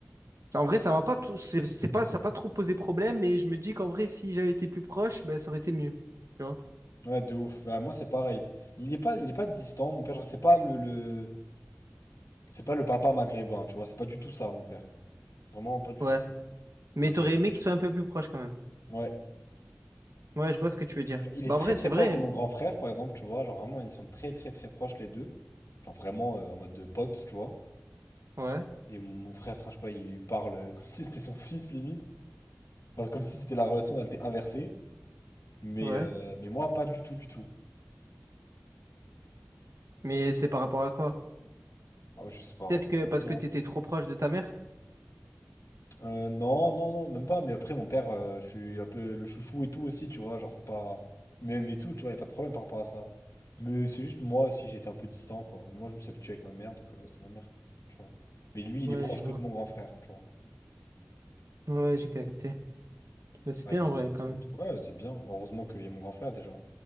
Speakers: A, on the right (about 75°); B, on the left (about 80°).
A: En vrai, ça m'a pas tout- c'est c'est pas, ça a pas trop posé problème, mais je me dis qu'en vrai, si j'avais été plus proche, ben, ça aurait été mieux. Tu vois?
B: Ouais, de ouf. Bah, moi, c'est pareil. Il est pas, il est pas distant, mon père. genre, C'est pas le, le- c'est pas le papa maghrébin, tu vois. C'est pas du tout ça, mon père. Vraiment pas du
A: Ouais.
B: tout.
A: Mais
B: En Mode,
A: t'aurais
B: euh,
A: aimé qu'il soit un peu plus proche quand même.
B: ouais.
A: Ouais, je vois ce que tu veux dire.
B: Genre, Il est
A: Bah, en
B: très
A: vrai,
B: très
A: c'est vrai.
B: proche de mon
A: c'est-
B: grand frère, par exemple, tu vois. Genre vraiment, ils sont très très très proches les deux. Genre vraiment euh, en mode de pote, tu vois.
A: Ouais,
B: Et mon frère, enfin, je sais pas, il parle euh, <laughs> comme si c'était son fils limite. Enfin, comme si c'était la relation, elle était inversée. Mais,
A: ouais.
B: euh, mais moi, pas du tout, du tout.
A: Mais c'est par rapport à quoi?
B: Oh, je sais pas.
A: Peut-être que
B: C'est comme
A: parce
B: ça,
A: que
B: hein.
A: t'étais trop proche de ta mère?
B: Euh, non, non, non, même pas. Mais après, mon père, euh, je suis un peu le chouchou et tout aussi, tu vois. Genre, c'est pas. Même et tout, tu vois, y a pas de problème par rapport à ça. Mais c'est juste moi aussi, j'étais un peu distant, quoi. Moi, je me suis habitué avec ma mère, donc euh, c'est ma mère, tu vois. Mais lui, il
A: Ouais,
B: est proche
A: je vois.
B: que de mon grand frère, tu vois.
A: Ouais, j'ai capté. Bah, c'est
B: Ah,
A: bien
B: il lui
A: en
B: dire
A: vrai quand
B: tout
A: même.
B: et tout. Ouais, c'est bien. Heureusement qu'il y a mon grand frère déjà,